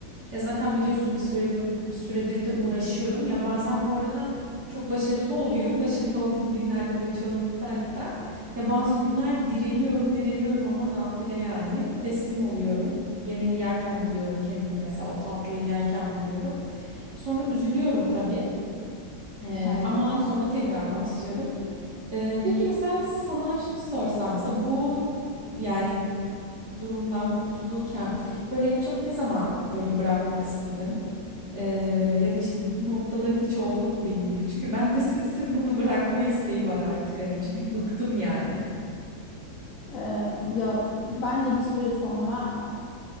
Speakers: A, on the right; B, on the left.
A: Ya zaten biliyorsun bir süredir süredir de uğraşıyorum. Ya bazen bu arada çok başarılı oluyorum. <laughs> Başarılı olduğum günlerde böyle çoğunlukta hatta. Ya bazı günler direniyorum, direniyorum ama nafile yani. Teslim oluyorum. Yemeği yerken buluyorum kendimi mesela o tatlıyı yerken buluyorum. Sonra üzülüyorum tabii. Ee,
B: Evet.
A: ama sonra tekrar başlıyorum. Ee, peki mesela sana şunu sorsam mesela bu yani durumdan kurtulurken böyle en çok ne zaman böyle bırakmak istedin? Ee, ya da işte bu noktaların hiç oldu mu benim gibi? Çünkü ben de sık sık bunu bırakma isteği var artık hani çünkü bıktım yani.
B: Ee, ya bence bir süre sonra